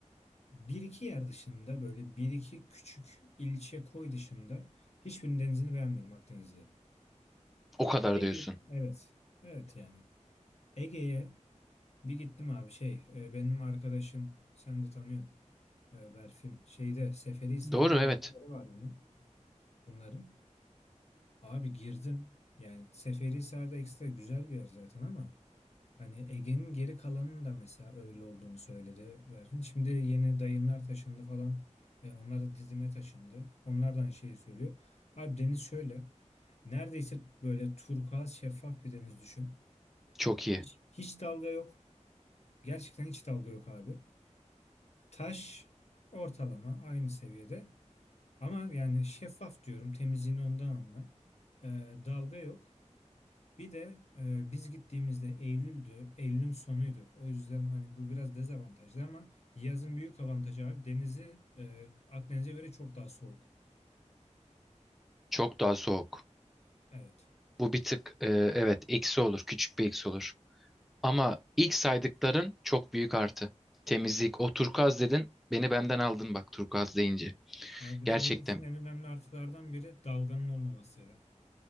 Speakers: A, on the left; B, in the centre.
A: Bir iki yer dışında böyle bir iki küçük ilçe koy dışında hiçbirinin denizini beğenmedim Akdeniz'de.
B: O kadar
A: Ege
B: diyorsun.
A: Evet. Evet yani. Ege'ye bir gittim abi şey e, benim arkadaşım sen de tanıyorsun e, Berfin. Şeyde Seferihisar'da
B: Doğru,
A: yazdıkları
B: evet.
A: var bunun bunların. Abi girdim. Yani Seferihisar'da ekstra güzel bir yer zaten ama hani Ege'nin geri kalanının da mesela öyle olduğunu söyledi Berfin. Şimdi yeni dayımlar taşındı falan. E, onlar da Didim'e taşındı. Onlardan şeyi söylüyor. Abi deniz şöyle. Neredeyse böyle turkuaz şeffaf bir deniz düşün.
B: Çok iyi.
A: Hiç hiç dalga yok. Gerçekten hiç dalga yok abi. Taş ortalama aynı seviyede. Ama yani şeffaf diyorum. Temizliğini ondan anla. Ee, dalga yok. Bir de e, biz gittiğimizde Eylül'dü, Eylül'ün sonuydu. O yüzden hani bu biraz dezavantajlı ama yazın büyük avantajı abi denizi e, Akdeniz'e göre çok daha soğuk.
B: Çok daha soğuk.
A: Evet.
B: Bu bir tık, e, evet, eksi olur. Küçük bir eksi olur. Ama ilk saydıkların çok büyük artı. Temizlik. O turkuaz dedin. Beni benden aldın bak turkuaz deyince.
A: Abi bir
B: Gerçekten.
A: de benim için en önemli artılardan biri dalganın olmaması ya.